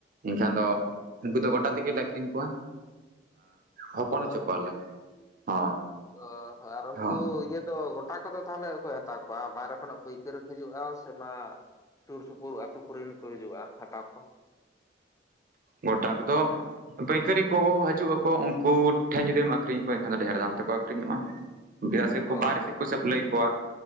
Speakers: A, on the right (about 45°); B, on the left (about 15°).
A: ᱮᱱᱠᱷᱟᱱ ᱫᱚ
B: ᱦᱮᱸ
A: ᱩᱱᱠᱩ ᱫᱚ ᱜᱚᱴᱟ ᱛᱮᱜᱮᱞᱮ ᱟᱠᱷᱨᱤᱧ ᱠᱚᱣᱟ ᱦᱚᱯᱚᱱ
B: ᱚ
A: ᱦᱚᱪᱚ ᱠᱚᱣᱟᱞᱮ᱾ ᱦᱳᱭ,
B: ᱚ ᱦᱚᱸ ᱟᱨ ᱩᱱᱠᱩ
A: ᱦᱳᱭ᱾
B: ᱤᱭᱟᱹ ᱫᱚ ᱜᱚᱴᱼᱼ ᱚᱠᱟ ᱠᱚᱫᱚ ᱛᱟᱦᱚᱞᱮ ᱚᱠᱚᱭ ᱦᱟᱛᱟᱣ ᱠᱚᱣᱟ, ᱵᱟᱦᱨᱮ ᱠᱷᱚᱱᱟᱜ ᱯᱟᱹᱭᱠᱟᱹᱨ ᱠᱚ ᱦᱤᱡᱩᱜ-ᱟ ᱥᱮ ᱚᱱᱟᱼᱼ ᱥᱩᱨ-ᱥᱩᱯᱩᱨ ᱟᱹᱛᱩ ᱠᱚᱨᱮᱱ ᱠᱚ ᱦᱤᱡᱩᱜ-ᱟ ᱦᱟᱛᱟᱣ ᱠᱚ᱾
A: ᱜᱚᱴᱟ ᱠᱚᱫᱚᱼᱼ ᱯᱟᱹᱭᱠᱟᱹᱨᱤ ᱠᱚ ᱦᱟᱡᱩᱜ ᱟᱠᱚ ᱩᱱᱠᱩ ᱴᱷᱮᱱ ᱡᱩᱫᱤᱢ ᱟᱠᱷᱨᱤᱧ ᱠᱚᱣᱟ ᱮᱱᱠᱷᱟᱱ ᱫᱚ ᱰᱷᱮᱨ ᱫᱟᱢ ᱛᱮᱠᱚ ᱟᱠᱷᱨᱤᱧᱚᱜ-ᱟ᱾
B: <inaudible>
A: ᱵᱤᱭᱟ ᱥᱮᱯ ᱠᱚ
B: ᱚ
A: ᱵᱟᱨᱦᱮ
B: ᱦᱚᱸ
A: ᱥᱮᱫ ᱠᱚ ᱥᱟᱹᱯᱞᱟᱭ ᱠᱚᱣᱟ᱾